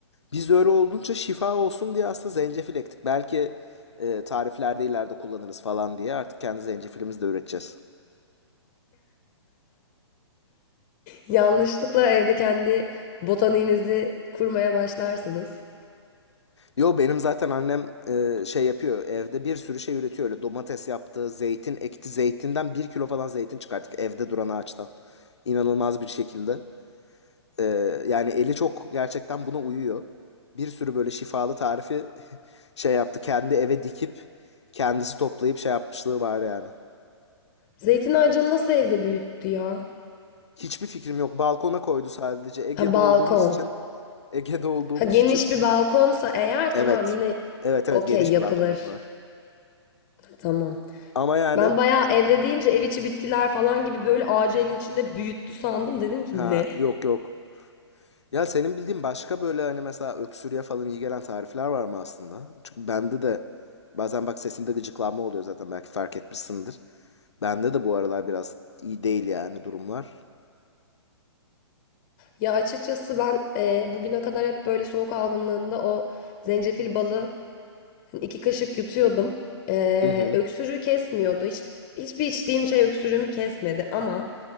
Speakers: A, on the left (about 75°); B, on the left (about 30°).
A: Biz de öyle olunca şifa olsun diye aslında zencefil ektik. Belki e, tariflerde ileride kullanırız falan diye artık kendi zencefilimizi de üreteceğiz.
B: Yanlışlıkla evde kendi botaniğinizi kurmaya başlarsınız.
A: Yo benim zaten annem e, şey yapıyor evde bir sürü şey üretiyor öyle domates yaptı zeytin ekti zeytinden bir kilo falan zeytin çıkarttık evde duran ağaçtan inanılmaz bir şekilde E, yani eli çok gerçekten buna uyuyor bir sürü böyle şifalı tarifi <laughs> şey yaptı kendi eve dikip kendisi toplayıp şey yapmışlığı var yani
B: Zeytin ağacını nasıl evde büyüttü ya?
A: hiçbir fikrim yok balkona koydu sadece Ege'de
B: Ha, balkon.
A: olduğumuz için Ege'de olduğumuz
B: Ha, geniş
A: için
B: bir balkonsa eğer
A: evet
B: tamam yine
A: evet evet
B: okey
A: geniş
B: yapılır.
A: bir balkonumuz var
B: Tamam.
A: ama yani
B: Ben bayağı evde deyince ev içi bitkiler falan gibi böyle ağacı evin içinde büyüttü sandım. Dedim ki
A: ha
B: ne?
A: yok yok Ya senin bildiğin başka böyle hani mesela öksürüğe falan iyi gelen tarifler var mı aslında? Çünkü bende de bazen bak sesimde gıcıklanma oluyor zaten belki fark etmişsindir. Bende de bu aralar biraz iyi değil yani durumlar.
B: Ya açıkçası ben e, bugüne kadar hep böyle soğuk algınlığında o zencefil balı Hani iki kaşık yutuyordum. Ee,
A: Hı hı.
B: öksürüğü kesmiyordu. Hiç, hiçbir içtiğim şey öksürüğümü kesmedi ama